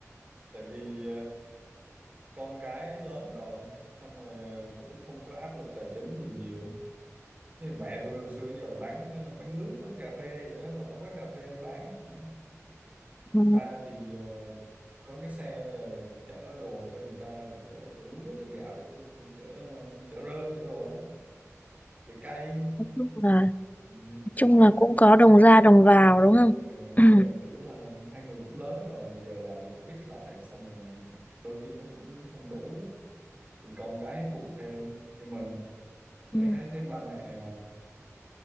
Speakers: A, on the right; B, on the left.
A: tại vì ờ, con cái lớn rồi xong rồi ờ, cũng không có áp lực tài chính gì nhiều Thế thì mẹ tôi hồi xưa giờ là bán ờ, bán nước bán cà phê vậy đó mở quán cà phê bán vậy đó.
B: ừ,
A: ba thì ờ, có cái xe ờ, chở đồ cho người ta chở chở lúa chở gạo chở chở chở, ờ, chở rơm chở đồ á chở cây
B: nói chung là nói
A: ừ,
B: chung
A: xong
B: là
A: rồi
B: cũng có đồng ra đồng vào đúng không?
A: ờ,
B: <clears throat>
A: nhưng mà kiểu là hai người cũng lớn rồi giờ làm cũng ít lại xong rồi đôi khi nó cũng không đủ thì con cái phụ thêm nhưng mà đại
B: Ừ,
A: khái thấy ba mẹ